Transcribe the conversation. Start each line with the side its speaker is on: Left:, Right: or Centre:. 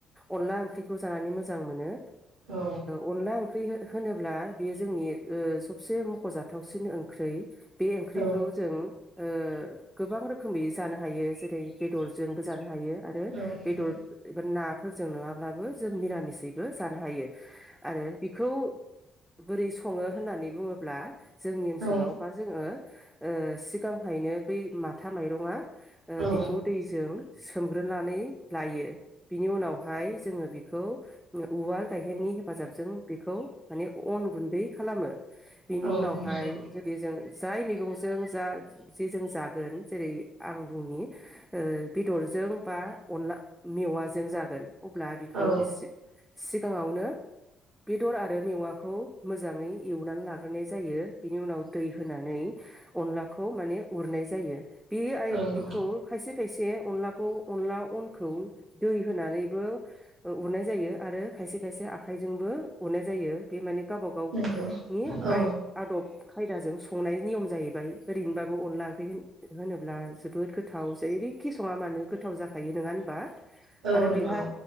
Centre: अनला ओंख्रि जानानै मोजां मोनो
Right: औ
Centre: ओ अनला ओंख्रि हो होनोब्ला बेयो जोंनि ओ सबसे मखजाथ थावसिन ओंख्रै बे ओंख्रिखौ
Right: औ
Centre: जों ओ गोबां रोखोमै जानो हायो जेरै बेदरजोंबो जानो हायो आरो
Right: औ नंगौ
Centre: बेदर एबा नाफोरजों नङा ब्लाबो जों निरामिसयैबो जानो हायो । आरो बिखौ बोरै सङो होननानै बुङोब्ला जोंनि ओनसोलाव
Right: औ
Centre: बा जोङो ओ सिगांहायनो बै माथा माइरंआ ओ
Right: औ
Centre: बिखौ दैजों सोमग्रोनानै लायो बिनि उनावहाय जोङो बि खौ उ-उवाल गायहेननि हेफाजाबजों बेखौ माने अन गुन्दै खालामो बिनि
Right: औ
Centre: उनाव बेहाय
Right: नंगौ
Centre: जुदि जों जाय मैगंजों जा जेजों जागोन जेरै आं बुंनि ओ बेदरजों बा अनला मेवाजों जागोन अब्ला बेखौ
Right: औ
Centre: सिग सि सिगाङावनो बेदर आरो मेवाखौ मोजाङै एवनानै लाग्रोनाय जायो। बिनि उनाव दै होनानै अनलाखौ माने उरनाय जायो । बे आय
Right: औ नंगौ
Centre: बिखौ खायसे खायसे अनलाखौ अनला अनखौ दै होनानैबो ओ उरनाय जायो आरो खायसे खायसे आखाइजोंबो उरनाय जायो बे माने गावबा गावनि
Right: नंगौ औ
Centre: आइ आदब खायदा जों जों संनायनायनि नियम जाहैबाय ओरैनोबाबो अनला ओंख्रि होनोब्ला जोबोद गोथाव जेरैखि सङा मानो गोथाव जाखायो नङा होनबा।
Right: औ
Centre: आरो
Right: नंगौ
Centre: बेहा